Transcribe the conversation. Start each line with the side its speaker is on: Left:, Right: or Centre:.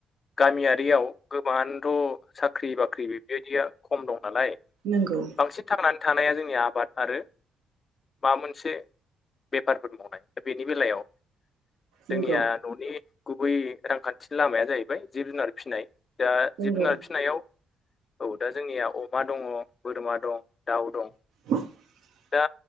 Left: गामियारियाव गोबाङानोथ' साख्रि बाख्रि बेबायदिया खम दं नालाय
Right: नंगौ
Left: बांसिन थांनानै थानाया जोंनिया आबाद आरो माबा मोनसे बेफारफोर मावनाय दा बेनि बेलायाव जोंनिया
Right: नंगौ
Left: न'नि गुबै रांखान्थि लामाया जाहैबाय जिब जुनार फिसिनाय दा
Right: नंगौ
Left: जिब जुनार फिसिनायाव औ दा जोंनिया अमा दङ बोरमा दं दाउ दं
Right: <inaudible>
Left: दा